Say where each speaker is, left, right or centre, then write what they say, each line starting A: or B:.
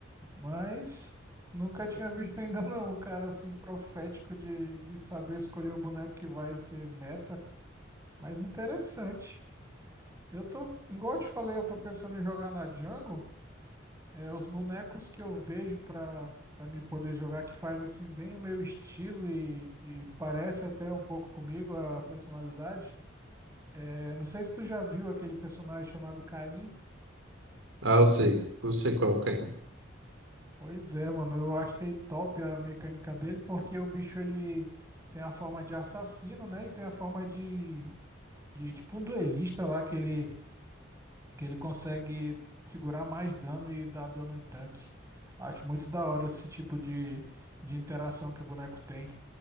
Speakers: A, on the right; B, on the right.
A: Mas nunca tinha visto ainda não o cara assim profético de, de saber escolher o boneco que vai ser meta. Mas interessante. Eu tô, igual eu te falei, eu tô pensando em jogar na Jungle. É, os bonecos que eu vejo pra, pra me poder jogar, que faz assim bem o meu estilo e, e parece até um pouco comigo a personalidade. É, não sei se tu já viu aquele personagem chamado Kayn.
B: Ah, eu sei, eu sei qual é o Caim.
A: Pois é, mano, eu achei top a mecânica dele, porque o bicho ele tem a forma de assassino, né? E tem a forma de, de tipo um duelista lá que ele, que ele consegue segurar mais dano e dar dano em tanque. Acho muito da hora esse tipo de, de interação que o boneco tem.